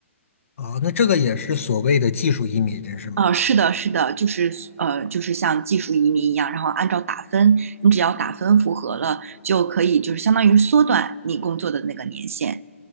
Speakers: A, on the left; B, on the right.
A: 啊，那这个也是所谓的技术移民，是吗？
B: 啊，是的，是的，就是呃，就是像技术移民一样，然后按照打分，你只要打分符合了，就可以就是相当于缩短你工作的那个年限。